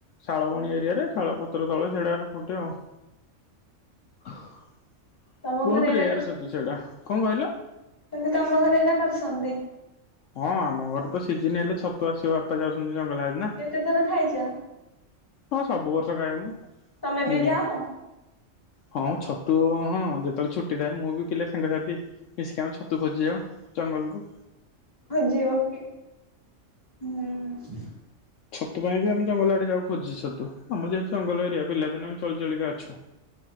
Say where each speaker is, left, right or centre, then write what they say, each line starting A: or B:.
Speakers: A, on the left; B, on the left.
A: ଶାଳବଣୀ ଏରିଆରେ ଶାଳପତ୍ର ତଳେ ସେଇଡା ଫୁଟେ ଆଉ। ବୋହୁତ
B: ତମ ଘରେ ଏଇଟା
A: ରେୟାର ଛତୁ ସେଉଡା। କଣ କହିଲ?
B: କିନ୍ତୁ ତମ ଘରେ ଏଇଟା କରିଚନ୍ତି।
A: ହଁ ଆମ ଘର ତ ସିଜିନ ହେଲେ ଛତୁ ଆସିବ ବାପା ଯାଉଚନ୍ତି ଜଙ୍ଗଲ ଆଡେ ନା।
B: କେତେ ଥର ଖାଇଚ?
A: ହଁ ସବୁ ବର୍ଷ ଖାଇ ମୁ
B: ତମେ ବି
A: ମିନ୍ୟ
B: ଯାଅ
A: ହଁ ଛତୁ ହଁ ଯେତେବେଳେ ଛୁଟି ଥାଏ। ମୁଁ ବି ପିଲା ସାଙ୍ଗସାଥି ମିଶିକି ଆମେ ଛତୁ ଖୋଜି ଜାଉ ଜଙ୍ଗଲ କୁ।
B: ଖୋଜିିବ କି ହୁଁ।
A: ଛତୁ ପାଇଁ ବି ଆମ ଜଙ୍ଗଲ ଆଡେ ଯାଉ ଖୋଜି ଛତୁ। ଆମର ଯେହେତୁ ଜଙ୍ଗଲ ଏରିଆ ପିଲାଦିନୁ ଆମେ ଚଳି ଚଳିକା ଅଛୁ।